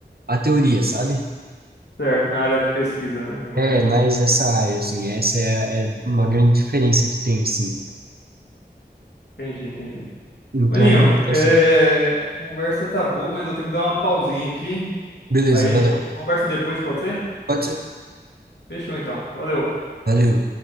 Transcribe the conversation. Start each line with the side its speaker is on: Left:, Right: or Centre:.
Right: a teoria, sabe?
Left: certo, na área de pesquisa, né? Eu imagino.
Right: É, mais essa área, assim, essa é, a- é uma grande diferença que tem, assim,
Left: Entendi, entendi.
Right: então
Left: Maninho,
Right: muda bastante.
Left: é, conversa tá boa, mas eu vou ter que dar uma pausinha aqui.
Right: Beleza,
Left: Aí a gente
Right: valeu.
Left: conversa depois, pode ser?
Right: Pode ser?
Left: Fechou então. Valeu.
Right: Valeu.